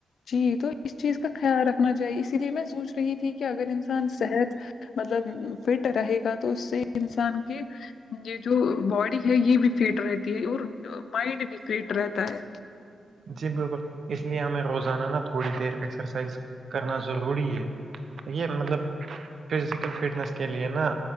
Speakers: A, on the left; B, on the right.
A: جی تو اس چیز کا خیال رکھنا چاہیے اسی لیے میں سوچ رہی تھی کہ اگر انسان صحت مطلب فٹ رہے گا تو اس سے انسان کی یہ جو باڈی ہے یہ بھی فٹ رہتی ہے اور مائنڈ بھی فٹ رہتا ہے
B: جی بالکل اس لیے ہمیں روزانہ نا تھوڑی دیر ایکسرسائز کرنا ضروری ہے یہ مطلب فزیکل فٹنس کے لے نا